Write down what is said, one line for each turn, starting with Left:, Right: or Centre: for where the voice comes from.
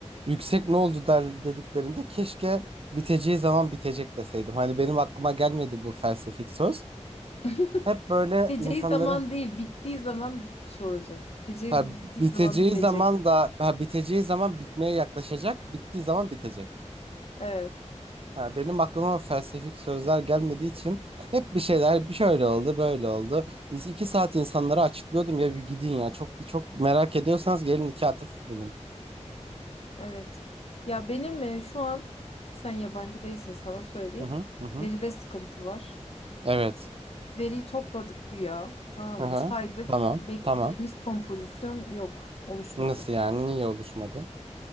Right: yüksek ne oldu der dediklerinde keşke biteceği zaman bitecek deseydim. Hani benim aklıma gelmedi bu felsefik söz.
Left: <laughs>
Right: Hep böyle
Left: Biteceği
Right: insanları
Left: zaman değil, bittiği zaman bitmiş olacak. Biteceği,
Right: ha,
Left: bittiği
Right: biteceği
Left: zaman bitecek.
Right: zaman da ha, biteceği zaman bitmeye yaklaşacak, bittiği zaman bitecek.
Left: Evet,
Right: Ha, benim aklıma felsefik sözler gelmediği için hep bir şeyler bir şöyle oldu, böyle oldu. İki saat insanlara açıklıyordum ya bir gidin ya çok çok merak ediyorsanız gelin iki atıf bulun.
Left: evet. Ya benim e, şu an sen yabancı değilsin sana söyleyeyim.
Right: Hı hı hı hı.
Left: Veride sıkıntı var.
Right: Evet.
Left: Veriyi topladık güya, tamam
Right: Hı hı.
Left: mı? Saydık.
Right: Tamam.
Left: Beklediğimiz
Right: Tamam.
Left: kompozisyon yok, oluşmadı.
Right: Nasıl yani? Niye oluşmadı?